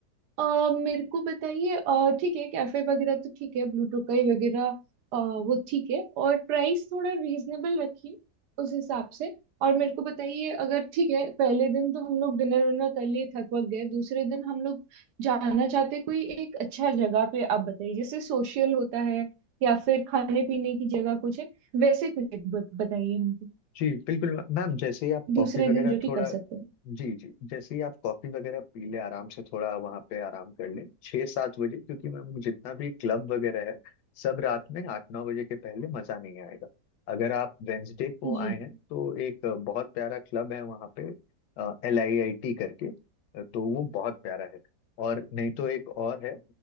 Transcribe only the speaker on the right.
अ, मेरे को बताइए अ, ठीक है कैफे वगैरह तो ठीक है ब्लू टोकाई वगैरह अ, वो ठीक है और प्राइस थोड़ा रीजनेबल रखिए उस हिसाब से और मेरे को बताइए अगर ठीक है पहले दिन तो हम लोग डिनर विनर कर लिए थक वक गए दूसरे दिन हम लोग जाना चाहते कोई एक अच्छा जगह पे आप बताइए जैसे सोशल होता है या फिर खाने पीने की जगह कुछ है वैसे कुछ एक बत- बताइए हमको
दूसरे
दिन जो कि
कर सकते हैं
जी